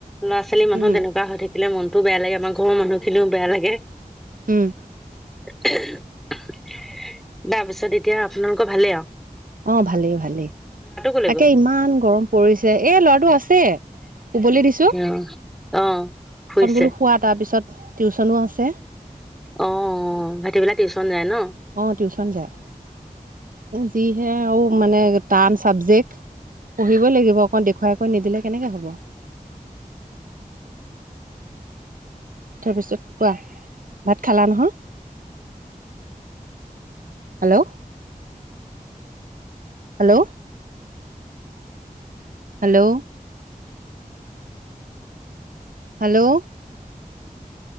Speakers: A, in the centre; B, on the right.
A: লৰা ছোৱালী মানুহ
B: উম
A: তেনেকুৱা হৈ থাকিলে মনটো বেয়া লাগে আমাৰ ঘৰৰ মানুহ খিনিও বেয়া লাগে।
B: উম
A: তাৰপিছত এতিয়া আপোনাৰ- লোক ভালে আও?
B: অ ভালেই ভালেই,
A: কলে
B: তাকে
A: গ'ল?
B: ইমান গৰম পৰিছে এ ল'ৰাটো আছে। শুবলৈ দিছো,
A: অ', অ', শুইছে
B: অকন বোলো হোৱা তাৰ পিছত টিউচনো আছে।
A: অ ভাইতি পেলা টিউচন যায় ন।
B: অহ টিউচন যায়, যিহে আৰু মানে টান চাবজেক্ট। পঢ়িবই লাগিব অকণ দেখুৱাইকৈ নিদিলে কেনেকে হ'ব। তাৰপিছত কোৱা, ভাত খালা নহয়? Hello. Hello. Hello,. Hello,.